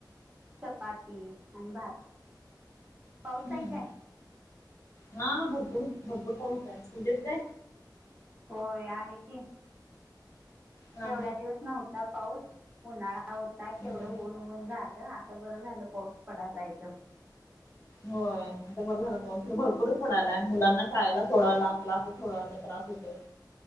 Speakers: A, on the right; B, on the left.
A: चपाती आणि भात. पाऊस
B: हम्म
A: आहे कायं?
B: हा भरपूर पाऊस आहे.
A: होय आहे की.
B: हा.
A: एवढ्या दिवस नव्हता पाऊसं उन्हाळा होता केवढं
B: हा.
A: ऊन ऊन झालं. बरं झालं पाऊस पडायला इथं.
B: होय. आता बरं झालं खर भरपूरचं पडायलायं मुलांना शाळेला सोडायला क्लास सोडायला त्रास होतंय.